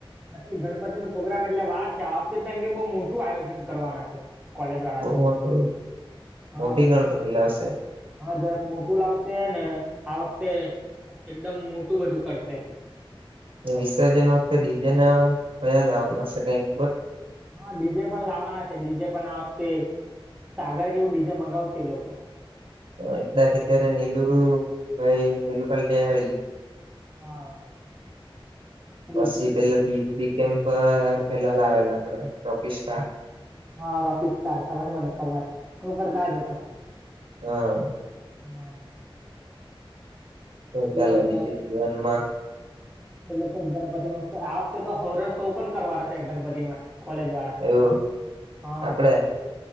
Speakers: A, in the centre; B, on the right.
A: આજે ગણપતિનો પ્રોગ્રામ એટલે વાર છે આ વખતેમ કે બઉ મોટું આયોજન કરવાના છે. કોલેજવાળા
B: બહુ
A: તો
B: મોટો
A: હ.
B: મોટી ગણપતિ લાવશે
A: હા જરાક મોટું લાવશે ને આ વખતે એકદમ મોટું બધું કરશે.
B: વિસર્જન વખતે ડીજેના કયા લાવવાના છે કઈ ખબર?
A: હા ડીજે પણ લાવવાના છે ડીજે પણ આ વખતે સાગર કેવું ડીજે મંગાવશે એ લોકો
B: એકદા કે અત્યારે નીલું ભાઈ નીલું પલ્ટી આવેલી
A: હા. ડીજ-
B: પછી પેલે બી, બી કેમ પર પેલા લાવેલા આપડે રોકીસ્ટ્ટાર.
A: હા, રોકીસ્ટાર ખબર મને ખબર હું પણ તાજ હતો.
B: હા
A: હા
B: શું ચાલે
A: એ જ લોકો
B: બીજું જીવનમાં?
A: એ લોકો જ ગણપતિનું આ વખતે તો હોરર શો પણ કરવાના છે ગણપતિમાં. કોલેજવાળા
B: એવું
A: હ.
B: આપડે